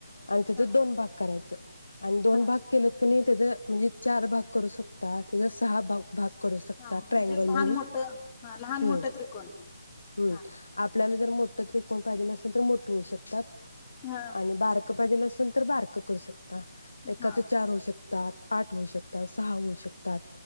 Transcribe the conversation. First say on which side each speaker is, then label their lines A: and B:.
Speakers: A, on the left (about 80°); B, on the left (about 20°).
A: आणि
B: हा
A: त्याच दोन भाग करायच. आणि दोन
B: हा
A: भाग केलत कनी त्याज म्हणजे चार भाग करू शकता त्याचा सहा भाग भाग करू शकता
B: हा म्हणजे
A: ट्रँगल
B: लहान
A: म्हणून
B: मोठं हा लहान
A: हूं
B: मोठं त्रिकोण
A: हूं
B: हा
A: आप आपल्याला जर मोठं त्रिकोण पाहिजेल असेल तर मोठ होऊ शकतात.
B: हा
A: आणि बारक पाहिजेल अस ल तर बारकं करू शकता. एकाच
B: हा
A: चार होऊ शकतात. आठ होऊ शकतात सहा होऊ शकतात.